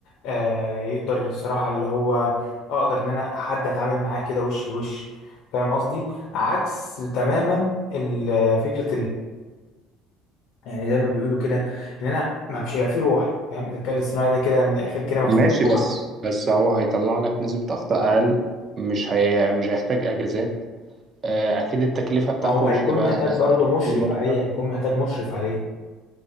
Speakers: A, on the left (about 70°); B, on the right (about 35°).
A: آه يقدر الصراحة اللي هو اقدر ان انا حد اتعامل معاه كده وش لوش فاهم قصدي عكس تماما ال- فكرة يعني زي ما بيقولوا كده ان انا ما مش هيبقى فيه روح فاهم الذكاء الاصطناعي ده كده من الاخر كده ما فيهوش
B: ماشي
A: روح
B: بس بس هو هيطلع لك نسبة أخطاء أقل مش هي مش هيحتاج أجازات آه، أكيد التكلفة بتاعته
A: ما هو
B: مش
A: هيكون
B: هتبقى
A: محتاج برضه
B: قد
A: مشرف
B: المرتب
A: عليه هيكون محتاج مشرف عليه